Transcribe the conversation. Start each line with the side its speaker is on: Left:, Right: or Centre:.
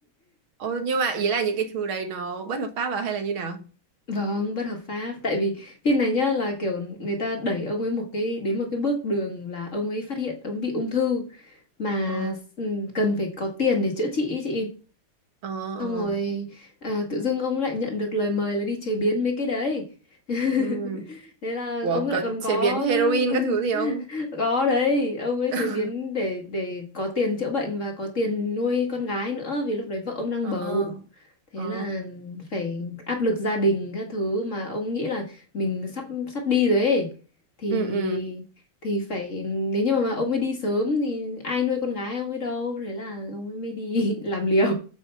Right: ồ nhưng mà ý là những cái thứ đấy nó bất hợp pháp à hay là như nào
Left: <laughs> vâng bất hợp pháp tại vì phim này nhá là kiểu người ta đẩy ông ấy một cái đến một cái bước đường là ông ấy phát hiện ông bị ung thư mà
Right: ờ
Left: s- cần phải có tiền để chữa trị ý chị
Right: ờ
Left: xong
Right: ờ
Left: rồi ờ, tự dưng ông lại nhận được lời mời là đi chế biến mấy cái đấy <laughs>
Right: ừ
Left: thế là
Right: Ủa,
Left: ông lại
Right: có
Left: còn
Right: chế
Left: có
Right: biến heroin các thứ gì
Left: <laughs>
Right: không
Left: có đấy ông ấy
Right: <laughs>
Left: chế biến để để có tiền chữa bệnh và có tiền nuôi con gái nữa vì lúc đấy vợ ông đang
Right: ờ
Left: bầu thế
Right: ờ
Left: là phải áp lực gia đình các thứ mà ông nghĩ là mình sắp sắp đi rồi ấy thì
Right: ừ ừ
Left: thì phải nếu như mà ông ấy đi sớm thì ai nuôi con gái ông ấy đâu thế là ông ấy mới đi <laughs> làm liều